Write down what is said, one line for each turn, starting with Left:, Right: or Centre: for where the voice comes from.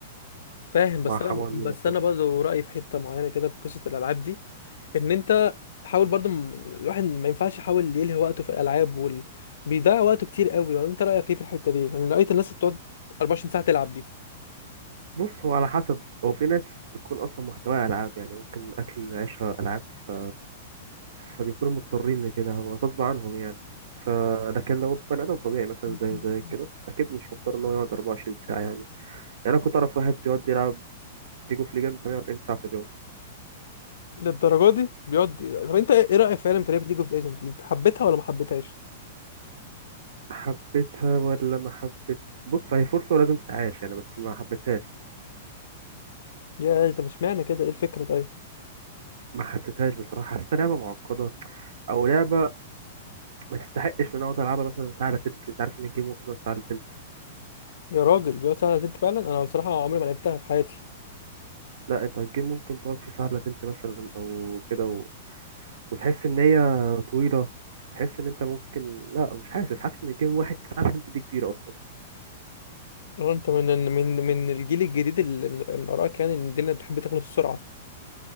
Left: فاهم بس
Right: مع حماني
Left: انا بس
Right: مثلا
Left: انا برضه رايي في حته معينه كده في قصه الالعاب دي ان انت حاول برضه م- الواحد ما ينفعش يحاول يلهي وقته في الالعاب وال... بيضيع وقته كتير قوي ولا انت رايك ايه في الحته دي يعني رايت الناس اللي بتقعد 24 ساعه تلعب دي
Right: بص هو على حسب هو في ناس بتكون اصلا محتواها العاب يعني ممكن اكل عيشها العاب ف... فبيكونوا مضطرين لكده هو غصب عنهم يعني ف لكن لو بني ادم طبيعي مثلا
Left: <laughs>
Right: زي زي كده اكيد مش مضطر ان هو يقعد 24 ساعه يعني يعني انا كنت اعرف واحد بيقعد يلعب ليج اوف ليجند 48 ساعة في اليوم
Left: للدرجه دي بيقعد طب انت ايه رايك فعلا في لعبه ليج اوف ليجندز دي انت حبيتها ولا ما حبيتهاش
Right: حبيتها ولا ما حبيت بص هي فرصة ولازم تتعاش يعني بس ما حبيتهاش
Left: يا طب اشمعنى كده ايه الفكره طيب
Right: ما حسيتهاش بصراحة حسيتها لعبة معقدة أو لعبة ما تستحقش إن أنا أقعد ألعبها مثلا ساعة إلا تلت أنت عارف إن الجيم ممكن يقعد ساعة إلا تلت
Left: يا راجل بيقعد ساعه تلت فعلا انا بصراحه عمري ما لعبتها في حياتي
Right: لا أنت الجيم ممكن تقعد فيه ساعة إلا تلت مثلا أو كده و... وتحس إن هي طويلة تحس إن أنت ممكن لا مش حاسس حاسس إن الجيم واحد ساعة إلا تلت دي كتير أصلا
Left: اه، انت من من من الجيل الجديد اللي من, من ارائك يعني ان الدنيا بتحب تخلص بسرعه